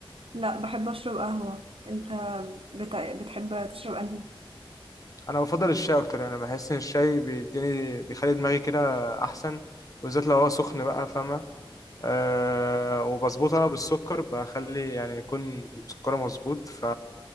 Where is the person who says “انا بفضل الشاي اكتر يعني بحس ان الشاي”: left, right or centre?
Left